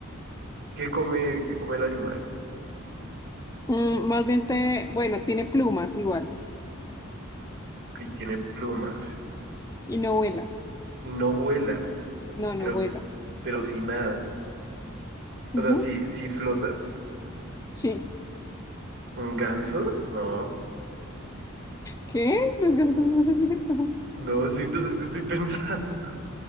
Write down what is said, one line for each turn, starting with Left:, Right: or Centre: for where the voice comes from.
Right: ¿qué come, qué come el animal?
Left: Mm, más bien te... Bueno, tiene plumas igual.
Right: ok, tiene plumas
Left: Y no vuela.
Right: y no vuela,
Left: No, no
Right: pero,
Left: vuela.
Right: s- pero sí nada.
Left: Ujú.
Right: O sea, sí, sí flota.
Left: Sí.
Right: ¿Un ganso? No.
Left: ¿Qué? Los gansos
Right: u-
Left: no hacen eso.
Right: No, sí, pues es que estoy pensando.